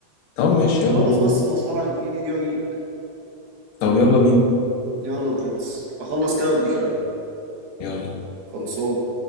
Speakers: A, on the left; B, on the right.
A: طب ماشي
B: خلص
A: يلا بينا
B: بس المصلحه اللي في ايدي دي واجيلك
A: طب يلا بينا
B: يلا برنس اخلص كده واديك رن
A: يلا
B: خلصان